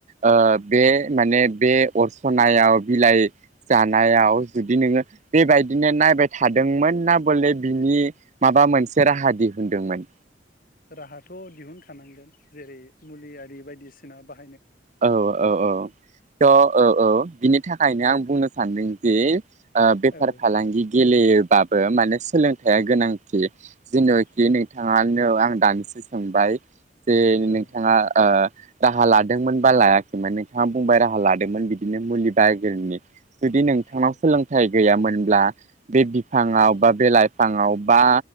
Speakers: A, on the right; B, on the left.
A: ओ बे माने बे अरसनायाव बिलाइ जानायाव जुदि नोङो बेबायदिनो नायबाय थादोंमोन ना बोले बिनि माबा मोन मोनसे राहा दिहोनदोंमोन।
B: राहाथ' दिहुनखानांगोन जेरै मुलि आरि बायदिसिना बाह
A: औ औ औ थ' औ औ बिनि थाखायनो आं बुंनो सान्दों बे बेफार
B: औ
A: फालांगि गेलेयो बाबो माने सोलों थाइया गोनांथि जोङो कि
B: औ
A: नोंथाङनो आंनो दानसो सोंबाय जे
B: औ
A: नोंथाङा ओ राहा लादों लादोंमोन बा लायाखैमोन नोंथाङा बुंबाय राहा लादोंमोन बिदिनो मुलि <inaudible> जुदि नोंथांनाव
B: औ
A: सोलोंथाइ गैयामोनब्ला बे बिफाङाव
B: औ
A: बा बे लाइफाङाव बा